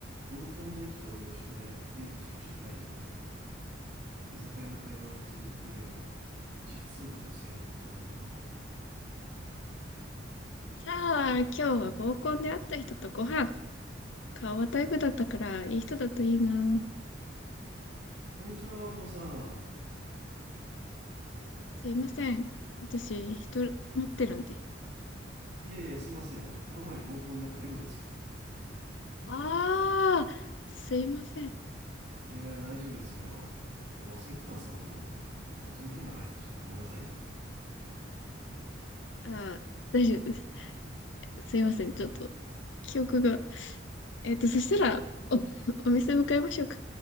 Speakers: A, on the right (about 60°); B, on the left (about 75°).
A: 合コンで意気投合してデートする社会人の2人居酒屋の会話は普通に聞こえるが実は女性の心の中は
B: さあ、今日は合コンで会った人とご飯。顔はタイプだったから、いい人だといいな。
A: こんにちはお嬢さん
B: すいません。私、人持ってるんで。
A: いやいやすいませんあのこの前合コンで会った寮ですよ
B: ああ、すいません。
A: いや大丈夫ですよで忘れてたんですか僕のこと、まあ僕も変な挨拶しちゃってごめんなさいね
B: ああ、大丈夫です。すいません。ちょっと、記憶が。えっと、そしたら、お、お店向かいましょうか。